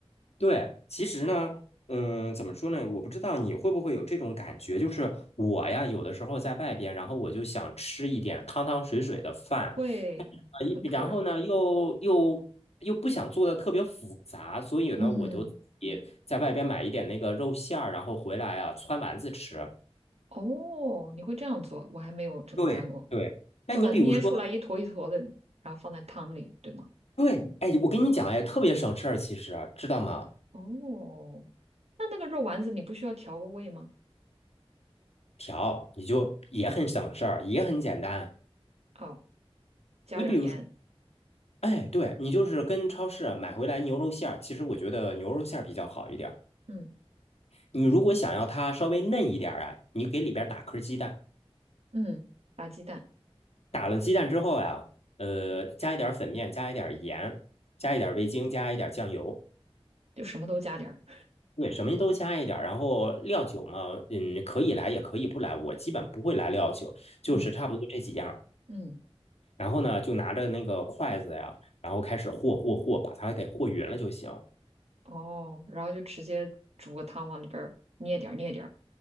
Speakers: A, on the left; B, on the right.
A: 对，其实呢，嗯，怎么说呢？我不知道你会不会有这种感觉，就是我呀，有的时候在外边，然后我就想吃一点汤汤水水的饭啊，
B: 会很可。
A: 一然后呢，又又又不想做的特别复杂，所以呢，
B: 嗯，
A: 我就也在外边买一点那个肉馅儿，然后回来啊，汆丸子吃。
B: 哦，你会这样做，我还没有这么干过，
A: 对对，那你比如说，
B: 就把它捏出来一坨一坨的，然后放在汤里，对吗？
A: 对，哎，我跟你讲，哎，特别省事儿，其实知道吗？
B: 哦，那那个肉丸子你不需要调个味吗？
A: 调你就也很省事儿，也很简单。
B: 哦，加点儿盐，
A: 你比如说。哎，对，你就是跟超市啊买回来牛肉馅儿，其实我觉得牛肉馅儿比较好一点儿。
B: 嗯
A: 你如果想要它稍微嫩一点儿啊，你给里边儿打颗鸡蛋，
B: 嗯，打鸡蛋
A: 打了鸡蛋之后呀、呃，加一点儿粉面，加一点儿盐，加一点儿味精，加一点儿酱油，
B: 就什么都加点儿，
A: 对，什么都加一点儿。然后料酒嘛，嗯，可以来也可以不来，我基本不会来料酒，就是差不多这几样儿
B: 嗯嗯，
A: 然后呢，就拿着那个筷子呀，然后开始和和和，把它给和匀了就行。
B: 哦，然后就直接煮个汤往里边儿捏点儿捏点儿，